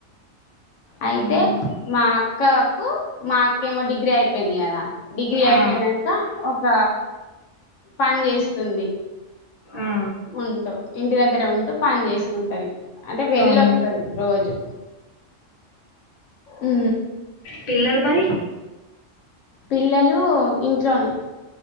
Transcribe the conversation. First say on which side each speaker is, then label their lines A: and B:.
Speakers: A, on the left; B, on the left.
A: అయితే
B: హ్మ్.
A: మా అక్కకు మా అక్కేమో డిగ్రీ అయిపోయింది కదా డిగ్రీ అయిపోయినాక
B: ఆ!
A: ఒక పని చేేస్తుంది
B: ఆ!
A: ఉంట ఇంటి దగ్గర ఉంటు పని చేసుకుంటది అంటే వెళ్ళొస్తది
B: అవునా
A: రోజు ఊ
B: పిల్లలుమరి
A: పిల్లలు ఊ ఇంట్లోనే